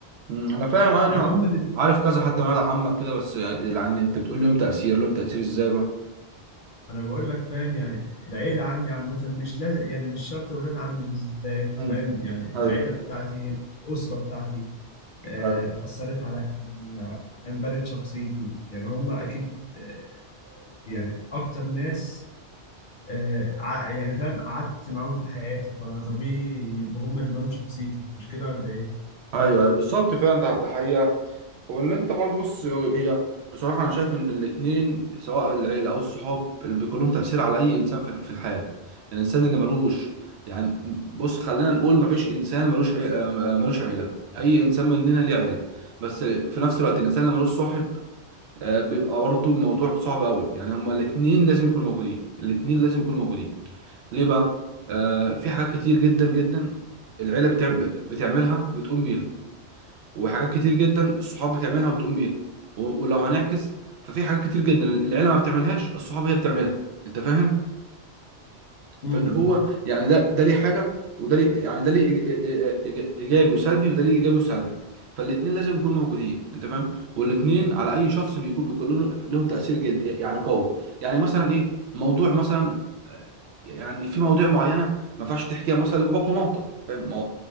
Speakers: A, on the right; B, on the left.
A: مم، انا فاهم انا
B: يعني هم اللي بيبنوا
A: عارف
B: شخصيتك
A: كذا حد من ولاد
B: كده
A: عمك كده بس يعني انت بتقول لهم تأثير لهم تأثير ازاي بقى
B: انا بقول لك فاهم يعني العيلة عندي عامة مش لازم يعني مش شرط ولاد عمي بالذات
A: امم
B: فاهم يعني
A: ايوه
B: العيلة بتاعتي هي الأسرة بتاعتي آه،
A: ايوه
B: أثرت عليا فاهم بنت شخصيتي يعني هم أكيد آه، يعني أكتر ناس آه، ع- يعني فاهم قعدت معاهم في حياتي فطبيعي يبقى هم اللي بان شخصيتي مش كده ولا ايه؟
A: ايوه ايوه بالظبط فعلا ده ده حقيقة وان انت برضه بص هي بصراحه انا شايف ان الاتنين سواء العيله او الصحاب اللي بيكون لهم تاثير على اي انسان في في الحياه الانسان اللي ملوش يعني بص خلينا نقول مفيش انسان ملوش عي... آه، ملوش عيله اي انسان مننا ليه عيله بس في نفس الوقت الانسان اللي ملوش صاحب آه، بيبقى برضه موضوع صعب قوي يعني هما الاتنين لازم يكونوا موجودين الاتنين لازم يكونوا موجودين ليه بقى آه في حاجات كتير جدا جدا العيله بتعم... بتعملها بتقوم بيها وحاجات كتير جدا الصحاب بتعملها وبتقوم بيها و- ولو هنعكس ففي حاجات كتير جدا العيله ما بتعملهاش الصحاب هي بتعملها انت فاهم
B: امم
A: فاللي هو يعني ده ده ليه حاجه وده ليه يعني ده ليه إيج- إيج- إيج- ايجابي وسلبي وده ليه ايجابي وسلبي فالاثنين لازم يكونوا موجودين انت فاهم والاثنين على اي شخص بيكون بيكون لهم لهم تاثير جد يعني قوي يعني مثلا ايه موضوع مثلا آه، يعني في مواضيع معينه ما ينفعش تحكيها مثلا لباباك ومامتك فاهم ما